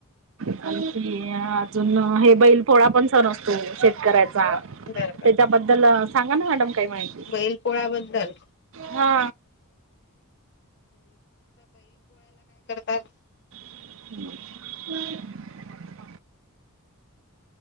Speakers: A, on the right; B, on the left.
A: आणखी आ. अजून हे बैल पोळा पण सण असतो शेतकऱ्याचा
B: बरोबर
A: त्याच्याबद्दल सांगा ना मॅडम काही माहिती
B: बैल पोळ्याबद्दल
A: हा.
B: तात.
A: <unintelligible>